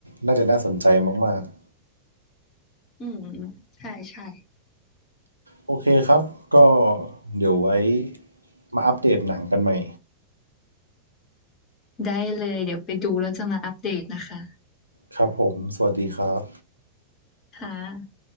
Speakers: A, on the right; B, on the left.
A: น่าจะน่าสนใจมากๆ
B: อืมใช่ใช่
A: โอเคครับ ก็เดี๋ยวไว้มาอัปเดตหนังกันใหม่
B: ได้เลยเดี๋ยวไปดูแล้วจะมาอัปเดตนะคะ
A: ครับผมสวัสดีครับ
B: ค่ะ